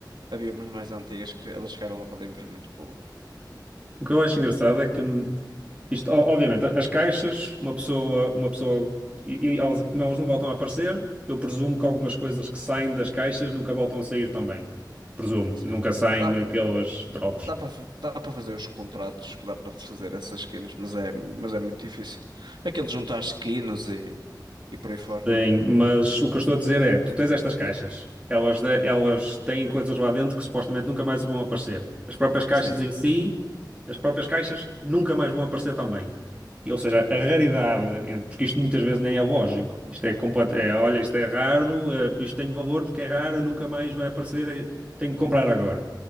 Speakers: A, on the right; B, on the right.
A: Havia umas mais antigas que elas chegaram a valer por muito pouco.
B: O que eu acho engraçado é que hum, isto, o- obviamente, as caixas, uma pessoa, uma pessoa, e, e elas, como elas não voltam a aparecer, eu presumo que algumas coisas que saem das caixas nunca voltam a sair também. Presumo,
A: Sim.
B: nunca saem
A: Dá,
B: naqueles drops.
A: dá para fa- dá para fazer os contratos, que dá para fazer essas skins, mas é, mas é muito difícil. Aquilo de juntar skins e, e por aí fora.
B: Sim, mas o que eu estou a dizer é, tu tens estas caixas, elas, de- elas têm coisas lá dentro que supostamente nunca mais vão aparecer. As próprias caixas
A: Sim,
B: em si, as próprias caixas nunca mais vão aparecer também. E, ou seja, a raridade, eh, porque isto muitas vezes nem é lógico, isto é, complet- é olha, isto é raro, eh, isto tem valor porque é raro, nunca mais vai aparecer, eh, tenho de comprar agora.